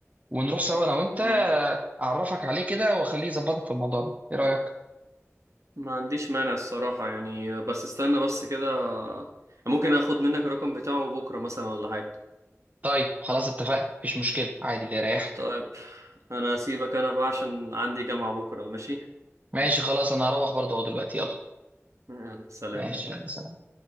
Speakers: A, on the right; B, on the right.
A: ونروح سوا انا وانت
B: مم.
A: آه، اعرفك عليه كده واخليه يظبطك في الموضوع ده ايه رايك
B: ما عنديش مانع الصراحة يعني بس استنى بس كده ممكن اخد منك الرقم بتاعه بكرة مثلا ولا حاجة
A: طيب خلاص اتفقنا مفيش مشكله عادي اللي يريحك
B: طيب انا اسيبك انا بقى عشان عندي جامعة بكرة ماشي
A: ماشي خلاص انا هروح برضه اهو دلوقتي يلا
B: يلا، سلام
A: ماشي يلا سلام.